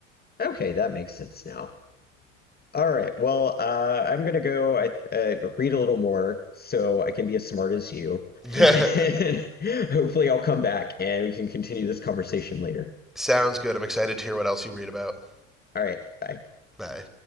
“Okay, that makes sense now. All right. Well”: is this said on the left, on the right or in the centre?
Left